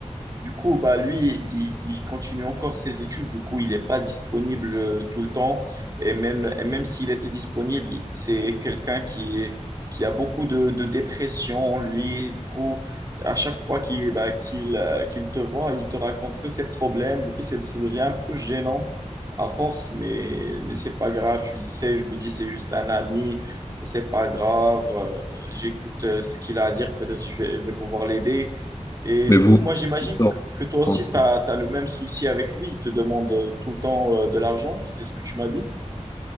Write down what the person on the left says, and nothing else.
Mais
vous,
vous sortez
ensemble.